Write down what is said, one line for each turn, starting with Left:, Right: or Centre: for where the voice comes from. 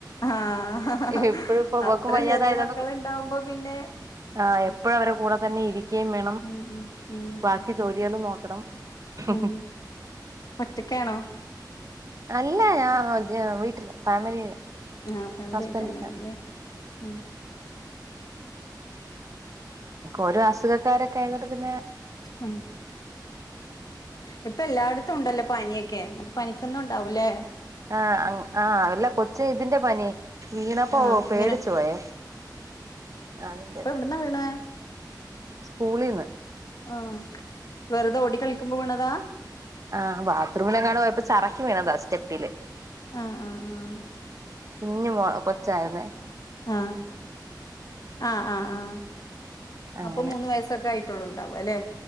Left: ആഹ്‌
Right: എപ്പോഴും ഇപ്പൊ ഇവക്കും
Left: അത്ര
Right: വയ്യാതായതുകൊണ്ട്
Left: ചെറിയ മക്കൾ ഇണ്ടാവുമ്പോ പിന്നെ
Right: ആ എപ്പോയും
Left: ഉം
Right: അവരെ കൂടെ തന്നെ ഇരിക്കയും വേണം
Left: ഉം ഉം ഉം
Right: ബാക്കി ജോലിയാളും നോക്കണം <inaudible>
Left: ഉം ഒറ്റക്കാണോ
Right: അല്ല ഞാൻ വീട്ടില് ഫാമിലിയില്
Left: ആഹ് ഫാമിലി
Right: ഹസ്ബൻഡ്
Left: ആയിട്ട് തന്നെയാണല്ലേ
Right: ല്ലാ
Left: ഉം
Right: ഒക്കോരോ അസുഖക്കാരൊക്കെ ആയതോണ്ട്‌ പിന്നെ.
Left: ഉം ഇപ്പൊ എല്ലായിടത്തും ഇണ്ടല്ലോ പനിയൊക്കെ എന്നിട്ട് പനിക്കൊന്നും ഉണ്ടാവൂലേ
Right: ആ ആഹ് അല്ല കൊച്ച് ഇതിന്റെ പനി വീണപ്പോ
Left: ആഹ്
Right: പേടിച്ച്
Left: ഇങ്ങനെ
Right: പോയെ അതിന്റെ
Left: എന്നാ വീണേ
Right: സ്കൂളീന്ന്
Left: ആഹ്‌ വെറുതെ ഓടി കളിക്കുമ്പോ വീണതാ
Right: ആഹ് ബാത്റൂമിലെങ്ങടോ പോയപ്പോ ചറക്കി വീണതാ സ്റ്റെപ്പില്
Left: ആഹ്‌ ആഹ് ആഹ്‌
Right: കുഞ്ഞു മോള് കൊച്ചായിരുന്നെ
Left: ആഹ ആഹ ആ ആ
Right: അങ്ങനെ
Left: അപ്പൊ മൂന്ന് വയസ്സൊക്കെ ആയിട്ട് ട്ടൊള്ളു ഇണ്ടാവല്ലേ